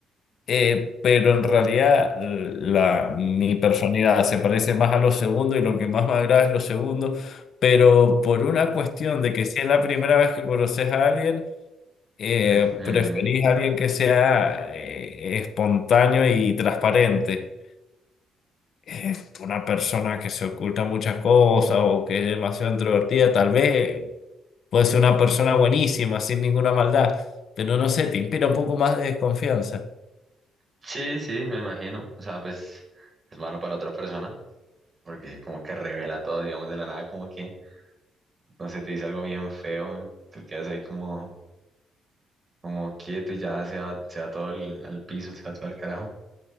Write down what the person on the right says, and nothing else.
Ujú.
Sí, sí, me imagino. O sea, pues es malo para la otra persona porque como que revela todo, digamos, de la nada, como que, no sé, te dice algo bien feo, tú quedas ahí como, como quieto y ya se va, se va todo al, al piso, se va todo al carajo.